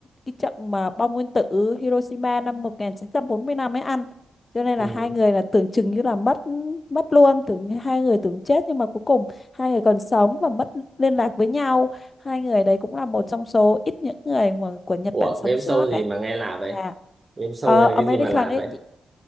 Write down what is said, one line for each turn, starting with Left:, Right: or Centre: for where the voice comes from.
Left: cái trận mà bom nguyên tử Hiroshima năm 1945 ấy ăn cho nên
Right: Ừ.
Left: là hai người là tưởng chừng như là mất mất luôn tưởng như hai người tưởng chết nhưng mà cuối cùng hai người còn sống và mất liên lạc với nhau hai người đấy cũng là một trong số ít những người mà của Nhật
Right: Ủa,
Left: Bản sống
Right: game
Left: sót
Right: show gì
Left: đấy
Right: mà nghe lạ vậy?
Left: Dạ.
Right: Game show
Left: Ờ,
Right: hay là
Left: American
Right: cái gì mà lạ
Left: ấy
Right: vậy?